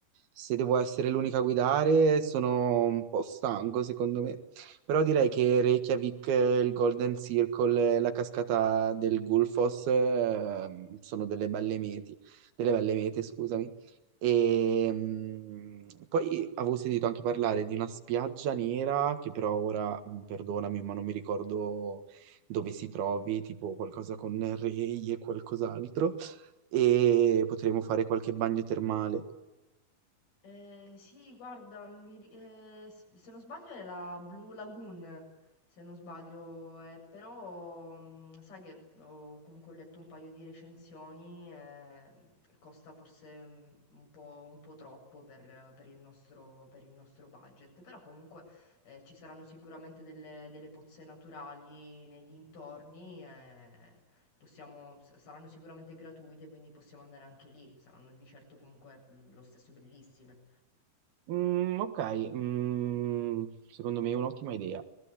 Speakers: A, on the right; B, on the left.
A: se devo essere l'unica a guidare sono un po' stanco secondo me. Però direi che Reykjavik, eh, il Golden Circle, eh, la cascata del Gullfoss, eh, sono delle belle mete, delle belle mete, scusami. E mm, poi avevo sentito anche parlare di una spiaggia nera, che però ora, mm, perdonami, ma non mi ricordo dove si trovi, tipo qualcosa con Rei e qualcos'altro, e potremmo fare qualche bagno termale.
B: Eh, sì, guarda, mi ri- eh, s- se non sbaglio è la Blue Lagoon, se non sbaglio, eh, però mm, sai che ho comunque letto un paio di recensioni, eh, costa forse mm, un po', un po' troppo per, per il nostro, per il nostro budget, però comunque eh, ci saranno sicuramente delle, delle pozze naturali nei dintorni, eh, Possiamo s saranno sicuramente gratuite, quindi possiamo andare anche lì, saranno di certo comunque, mhmm, lo stesso bellissime.
A: Mm, ok, mm, secondo me è un'ottima idea.